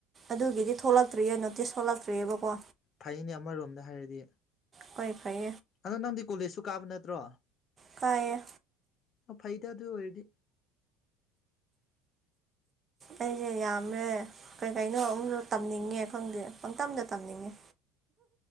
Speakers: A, on the right (about 25°); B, on the left (about 35°).
A: ꯑꯗꯨꯒꯤꯗꯤ ꯊꯣꯛꯂꯛꯇ꯭ꯔꯤꯌꯦ ꯅꯣꯇꯤꯁ ꯊꯣꯛꯂꯛꯇ꯭ꯔꯤꯑꯕꯀꯣ
B: ꯐꯩꯅꯦ ꯑꯃꯔꯣꯝꯗ ꯍꯥꯏꯔꯗꯤ
A: ꯀꯣꯏ ꯐꯥꯏ
B: ꯑꯗꯣ ꯅꯪꯗꯤ ꯀꯣꯂꯦꯖꯁꯨ ꯀꯥꯕ ꯅꯠꯇ꯭ꯔꯣ
A: ꯇꯥꯏꯌꯦ
B: ꯐꯩꯗ ꯑꯗꯨ ꯑꯣꯏꯗꯤ
A: ꯑꯩꯁꯦ ꯌꯥꯝꯃꯦ ꯀꯩ ꯀꯩꯅꯣ ꯑꯨꯁꯨ ꯇꯝꯅꯤꯡꯉꯦ ꯈꯪꯗꯦ ꯄꯪꯇꯝꯗ ꯇꯝꯅꯤꯡꯉꯦ